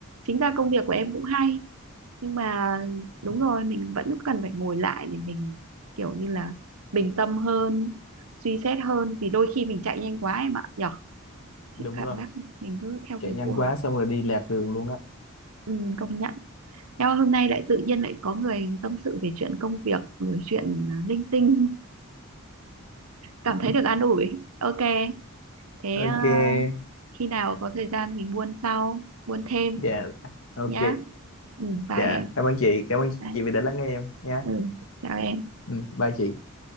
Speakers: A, on the right; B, on the left.
A: chính ra công việc của em cũng hay nhưng mà đúng rồi mình vẫn cần phải ngồi lại để mình kiểu như là bình tâm hơn suy xét hơn vì đôi khi mình chạy nhanh quá em ạ nhở
B: đúng
A: chị cảm
B: rồi
A: giác mình cứ theo
B: chạy
A: cái
B: nhanh
A: cuồng
B: quá xong rồi đi lạc đường luôn á
A: ừ, công nhận nhau hôm nay lại tự nhiên lại có người tâm sự về chuyện công việc rồi chuyện à, linh tinh cảm thấy được an ủi ok thế
B: ok
A: ờ, khi nào có thời gian mình buôn sau buôn thêm
B: dạ ok
A: nhá ừ, bye
B: dạ
A: em
B: cảm ơn chị cảm ơn
A: Bye.
B: chị vì đã lắng nghe em nha
A: ừ, chào em
B: ừ, bye chị